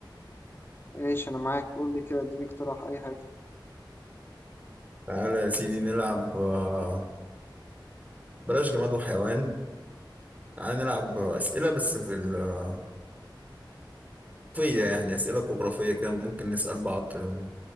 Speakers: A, on the left; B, on the right.
A: ايش انا معاك قول لي كده اديني اقتراح اي حاجة
B: تعالى يا سيدي نلعب آه، بلاش جماد وحيوان تعالى نلعب آه، اسئله بس بالجغرافيه يعني اسئله جغرافيه كده ممكن نسال بعض آه،